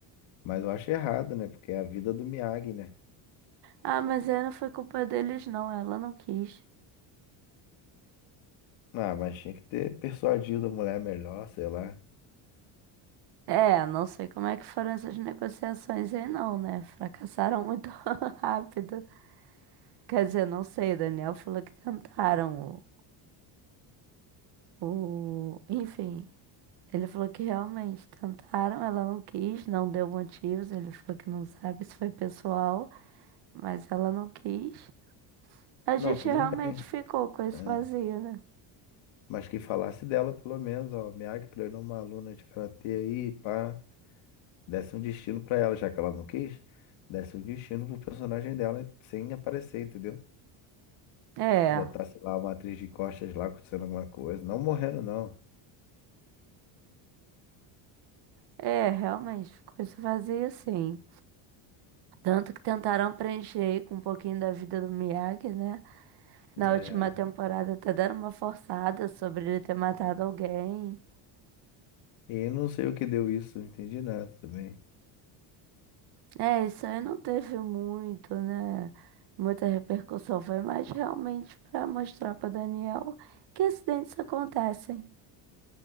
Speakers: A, on the left; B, on the right.
A: Mas eu acho errado, né? Porque é a vida do Miyagi, né?
B: Ah, mas aí não foi culpa deles, não. Ela não quis.
A: Ah, mas tinha que ter persuadido a mulher melhor, sei lá.
B: É, não sei como é que foram essas negociações aí, não, né? Fracassaram muito <laughs> rápido. Quer dizer, não sei, o Daniel falou que tentaram o, o- enfim, Ele falou que realmente tentaram, ela não quis, não deu motivos. Ele falou que não sabe se foi pessoal, mas ela não quis. A
A: Não,
B: gente
A: tudo
B: realmente
A: bem.
B: ficou com esse
A: é.
B: vazio, né?
A: Mas que falasse dela, pelo menos, ó. Miyagi treinou uma aluna de karatê aí, pá. Desse um destino pra ela, já que ela não quis. Desse um destino pro personagem dela sem aparecer, entendeu?
B: É,
A: Botasse lá uma atriz de costas lá acontecendo alguma coisa. Não morrendo, não.
B: é, realmente ficou esse vazio sim. Tanto que tentaram preencher aí com um pouquinho da vida do Miyagi, né? Na
A: É.
B: última temporada até deram uma forçada sobre ele ter matado alguém.
A: E não sei o que deu isso, não entendi nada também.
B: É, isso aí não teve muito, né? Muita repercussão. Foi mais realmente pra mostrar pra Daniel que acidentes acontecem.